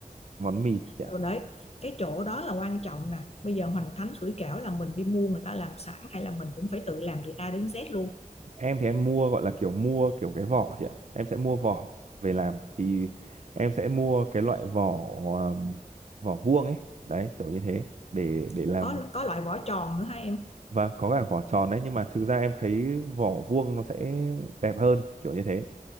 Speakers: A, on the right; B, on the left.
A: món mì chị
B: rồi
A: ạ
B: đấy cái chỗ đó là quan trọng nè bây giờ hoành thánh sủi cảo là mình đi mua người ta làm sẵn hay là mình cũng phải tự làm từ A đến Z luôn
A: em thì em mua gọi là kiểu mua kiểu cái vỏ chị ạ em sẽ mua vỏ về làm thì em sẽ mua cái loại vỏ um, vỏ vuông ấy đấy kiểu như thế để để
B: Ủa,
A: làm
B: có có loại vỏ tròn nữa hả em
A: và có cả vỏ tròn đấy nhưng mà thực ra em thấy vỏ vuông nó sẽ đẹp hơn kiểu như thế